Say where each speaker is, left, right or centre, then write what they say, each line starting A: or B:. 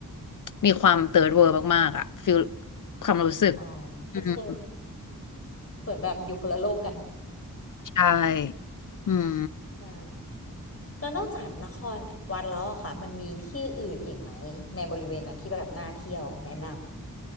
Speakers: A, on the left; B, on the left.
A: มีความเติร์ดเวิลด์มากๆอะฟิลความรู้สึก
B: อ๋อ <laughs> ก็คือ
A: อืม
B: เหมือนแบบอยู่คนละโลกกัน
A: ใช่อืม
B: อ่าแล้วนอกจากนครวัดแล้วอะค่ะมันมีที่อื่นอีกไหมในบริเวณนั้นที่แบบน่าเที่ยวแนะน